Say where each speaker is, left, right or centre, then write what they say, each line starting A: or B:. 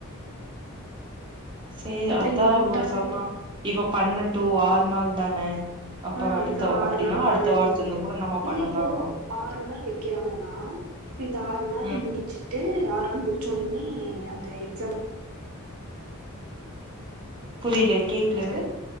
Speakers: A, on the right (about 20°); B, on the right (about 80°).
A: சேரி
B: அப்டி
A: அதா
B: இங்க வந்ட்டானா
A: அவ சொன்னா இவ பண்ணட்டு ஆறு நாள் தான அப்ப
B: ஆ அதுதா
A: அடுத்த
B: ஆறு
A: அப்டின்னா
B: நாள் பண்ணட்டு
A: அடுத்த வாரத்துல இருந்து கூட நம்ம
B: இல்ல
A: பண்ணலா
B: இப்போ ஆறு நாள் வைக்கிறாங்கன்னா இந்த ஆறு நாள்
A: ம்
B: முடிச்சு டு ஆறு நாள்‌ முடிச்சோனேமே அந்த எக்ஸம்
A: புரில கேக்ல எது